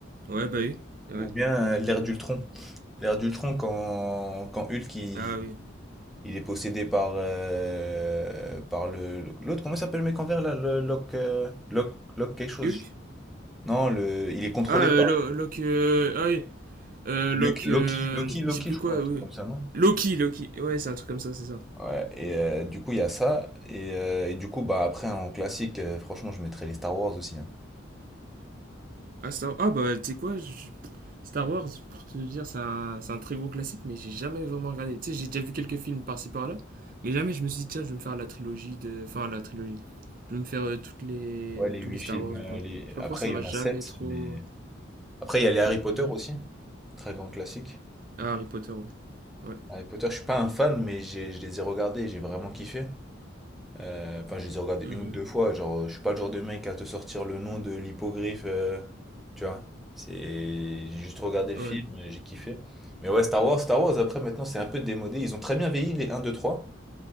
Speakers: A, on the right (about 45°); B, in the centre.
A: Ouais, bah oui. Ouais.
B: ou bien euh, l'ère d'Ultron. L'ère d'Ultron, quand, quand Hulk il,
A: Ah oui.
B: il est possédé par, euh, par le, le- l'autre, comment il s'appelle le mec en vert là? Le Locke, euh, Locke, Locke quelque chose.
A: Hulk
B: Non, le, il est contrôlé
A: Ah, euh,
B: par
A: Lo- Locke. euh, ah oui. Euh, Locke.
B: Luke, Loki,
A: euh,
B: Loki, Loki,
A: je sais plus
B: je
A: quoi,
B: crois, un
A: oui.
B: truc comme
A: oui.
B: ça, non?
A: Loki, Loki. Ouais, c'est un truc comme ça, c'est ça.
B: Ouais, et euh, du coup, il y a ça. Et, euh, et du coup, bah après, en classique, euh, franchement, je mettrais les Star Wars aussi. hein.
A: Ah, Star Ah, bah, tu sais quoi je- Star Wars, pour te dire, c'est un, c'est un très gros classique, mais j'ai jamais vraiment regardé. Tu sais, j'ai déjà vu quelques films par-ci par-là, mais jamais je me suis dit, tiens, je vais me faire la trilogie de. Enfin, la trilogie. Je vais me faire euh, toutes les...
B: Ouais, les huit
A: tous les Star
B: films.
A: Wars
B: euh,
A: ou quoi.
B: les...
A: Je sais pas
B: Après,
A: pourquoi ça
B: il
A: m'a
B: y en
A: jamais
B: a sept,
A: trop.
B: mais... Après, il y a les Harry
A: Mhm.
B: Potter aussi. Très grand classique.
A: Ah, Harry Potter, ouais. Ouais.
B: Harry Potter, je suis pas un fan, mais j'ai- je les ai regardés et j'ai vraiment kiffé. Euh, Enfin, je les ai regardés
A: Mhm.
B: une ou deux fois. Genre, je suis pas le genre de mec à te sortir le nom de l'hippogriffe, euh, tu vois. C'est, j'ai juste regardé le
A: Ouais.
B: film, euh, j'ai kiffé. Mais ouais, Star Wars, Star Wars, après maintenant, c'est un peu démodé. Ils ont très bien vieilli les un 2 trois